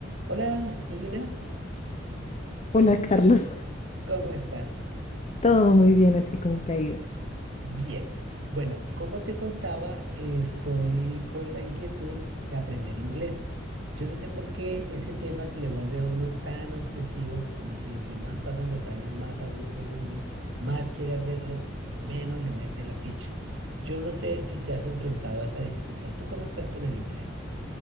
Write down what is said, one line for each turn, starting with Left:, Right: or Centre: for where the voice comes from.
Right: Hola, Lina,
Left: Hola Carlos, <laughs>
Right: ¿cómo estás?
Left: todo muy bien, ¿a ti cómo te ha ido?
Right: Bien. Bueno, como te contaba, eh, estoy con la inquietud de aprender inglés. Yo no sé por qué ese tema se le vuelve a uno tan obsesivo y, y entre más pasan los años, más adulto es uno, más quiere hacerlo y menos le mete la ficha. Yo no sé si te has enfrentado a esa dificultad. ¿Tú cómo estás con el inglés?